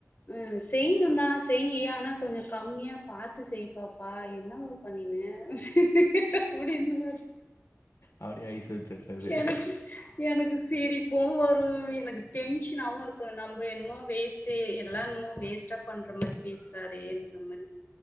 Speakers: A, on the left (about 40°); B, on the left (about 75°).
A: ம் செய்யனு தா ஆனா செய்யி ஆனா கொஞ்ச கம்மியாக பாத்து செய் பாப்பா என்னமா பண்ணிங்க ச்சே புடின் பாரு
B: அப்படியே ஐஸ் வச்சிர்றது.
A: எனக்கு எனக் எனக்கு சிரிப்பும் வரும் எனக்கு டென்ஷனாவவு இருக்கு நம்ம என்னமோ வேஸ்ட்டு எல்லா என்னமோ வேஸ்ட்டா பண்ற மாறி பேசுறாரேன்ற மாறி